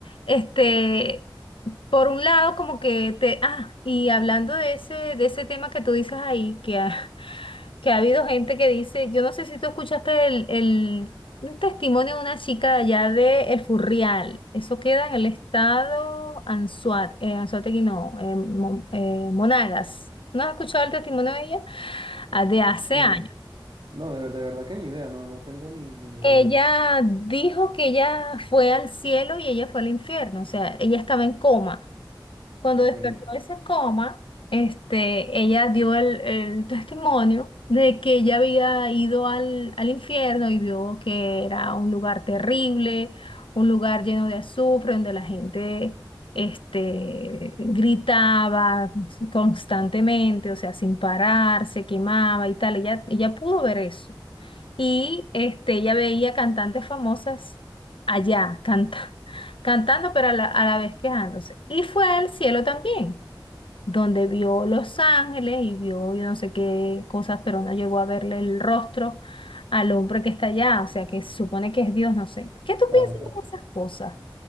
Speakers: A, on the left; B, on the right.
A: este... Por un lado, como que te... Ah, y hablando de ese, de ese tema que tú dices ahí, que ha, <laughs> que ha habido gente que dice, yo no sé si tú escuchaste el, el un testimonio de una chica de allá de El Furrial, eso queda en el estado Anzuat, eh, Anzoátegui no, eh, Mon- eh, Monagas. ¿No has escuchado el testimonio de ella? Ah, de hace
B: No,
A: años.
B: no. No, de, de verdad que ni idea, no, no tengo ni, ni idea.
A: Ella dijo que ella fue al cielo y ella fue al infierno, o sea, ella estaba en coma. Cuando
B: Ok,
A: despertó de ese coma, este, ella dio el, el testimonio de que ella había ido al, al infierno y vio que era un lugar terrible, un lugar lleno de azufre, donde la gente, este, gritaba constantemente, o sea, sin parar, se quemaba y tal. Ella, ella pudo ver eso y este, ella veía cantantes famosas allá canta- <laughs> cantando, pero a la, a la vez quejándose. Y fue al cielo también, donde vio Los Ángeles y vio yo no sé qué cosas, pero no llegó a verle el rostro al hombre que está allá, o sea, que se supone que es Dios, no sé. ¿Qué tú
B: claro,
A: piensas
B: claro.
A: de esas cosas?